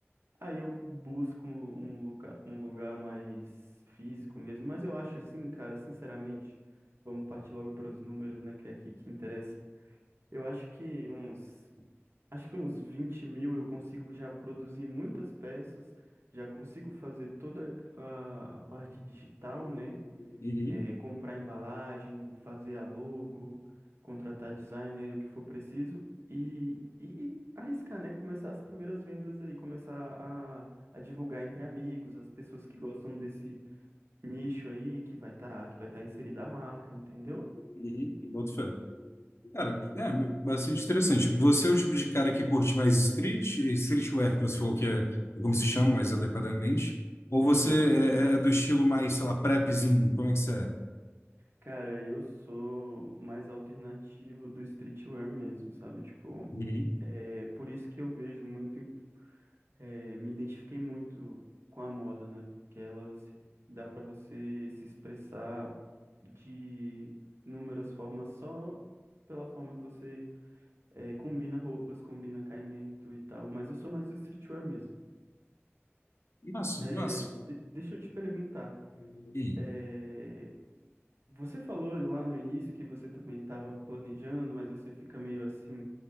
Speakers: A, on the right; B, on the left.
A: Aí eu busco um lugar, um lugar mais físico mesmo, mas eu acho assim, cara, sinceramente, vamos partir logo para os números, né, que é aqui que interessa. Eu acho que uns, acho que uns vinte mil eu consigo já produzir muitas peças, já consigo fazer toda a, a parte digital, né?
B: Uhum.
A: eh, comprar embalagem, fazer a logo, contratar designer e o que for preciso e, e arriscar, né? Começar as primeiras vendas aí, começar a, a divulgar entre amigos, as pessoas que gostam desse nicho aí, que vai estar que vai tá inserida a marca, entendeu? <laughs>
B: Uhum, boto fé. Cara, é bastante interessante. Você é o tipo de cara que curte mais street, streetwear, que você falou que é como se chama mais adequadamente? Ou
A: Uhum.
B: você é, é do estilo mais, sei lá, prepzinho? Como é que você é?
A: Cara, eu sou mais alternativo do streetwear mesmo, sabe? Tipo,
B: Uhum.
A: é por isso que eu vejo muito É, me identifiquei muito com a moda, né? Porque ela se- dá para você se expressar de inúmeras formas só pela forma que você é, combina roupas, combina caimento e tal. Mas eu sou mais do streetwear mesmo.
B: Massa,
A: É,
B: massa.
A: de- deixa eu te perguntar,
B: E
A: é, Você falou lá no início que você também estava planejando, mas você fica meio assim,